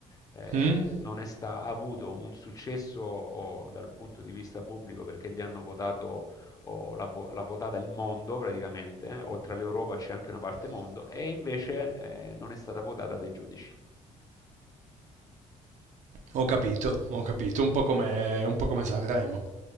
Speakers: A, on the left (about 25°); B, on the right (about 65°).
A: eh,
B: Mm,
A: non è sta- ha avuto un successo oh, dal punto di vista pubblico perché gli hanno votato, oh, l'ha, vo- l'ha votata il mondo praticamente, eh, oltre all'Europa c'è anche una parte mondo, e invece eh, non è stata votata dai giudici.
B: Ho capito, ho capito. Un po' come, un po' come Sanremo,